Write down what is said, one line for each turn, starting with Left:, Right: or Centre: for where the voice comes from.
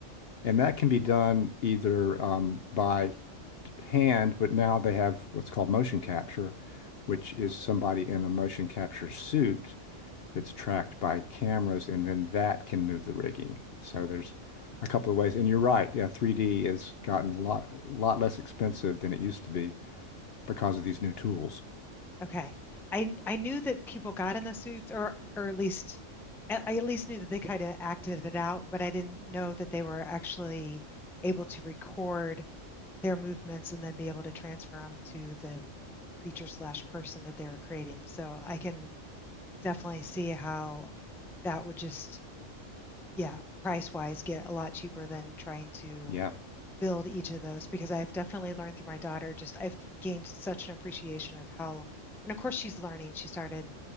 Left: And that can be done either um, by hand, but now they have what's called motion capture, which is somebody in a motion capture suit that's tracked by cameras, and then that can move the rigging. So there's a couple of ways. And you're right, yeah, 3D has gotten a lot, lot less expensive than it used to be because of these new tools.
Centre: Okay. I I knew that people got in the suits or or at least I I at least knew that they kind of acted it out, but I didn't know that they were actually able to record their movements and then be able to transfer them to the creature slash person that they were creating. So I can definitely see how that would just, yeah, price wise get a lot cheaper than trying to
Left: Yeah.
Centre: build each of those because I've definitely learned through my daughter, just I've gained such an appreciation of how, and of course she's learning. She started